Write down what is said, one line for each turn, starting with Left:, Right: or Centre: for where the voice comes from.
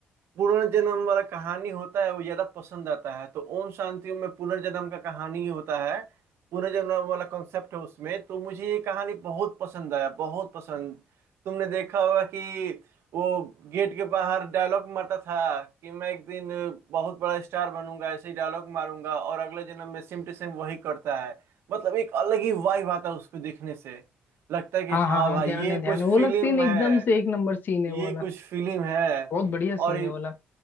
Right: पुनर्जन्म वाला कहानी होता है वो ज्यादा पसंद आता है तो ओम शांति ओम में पुनर्जन्म का कहानी ही होता है पुनर्जन्म वाला कॉन्सेप्ट है उसमें तो मुझे ये कहानी बहुत पसंद आया बहुत पसंद तुमने देखा होगा कि वो गेट के बाहर डायलॉग मारता था कि मैं एक दिन बहुत बड़ा स्टार बनूंगा ऐसे ही डायलॉग मारूंगा और अगले जन्म में सेम टू सेम वही करता है मतलब एक अलग ही वाइब आता है उसको देखने से लगता है कि
Left: हाँ
Right: हाँ
Left: हाँ हाँ
Right: भाई
Left: ध्यान
Right: ये
Left: है ध्यान
Right: कुछ
Left: है
Right: फिल्म
Left: वो वाला सीन एकदम
Right: है
Left: से एक नंबर सीन है
Right: ये
Left: वो वाला
Right: कुछ फिल्म है
Left: बहुत बढ़िया
Right: और
Left: सीन है वाला